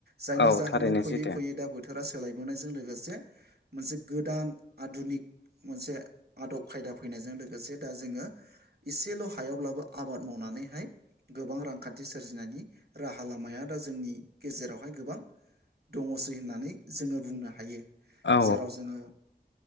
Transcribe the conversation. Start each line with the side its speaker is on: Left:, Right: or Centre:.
Right: जायनि
Left: औ
Right: जाहोनाव
Left: थारैनो
Right: फैयै
Left: सैथो।
Right: फैयै दा बो थोरा सोलायबोनायजों लोगोसे मोनसे गोदान आदुनिक मोनसे आदब खायदा फैनायजों लोगोसे दा जोङो एसेल' हायावब्लाबो आबाद मावनानैहाय गोबां रां खानथि सोरजिनायनि राहा लामाया दा जोंनि गेजेरावहाय गोबां दङसै होननानै जोङो बुंनो हायो।
Left: औ
Right: जेराव जोङो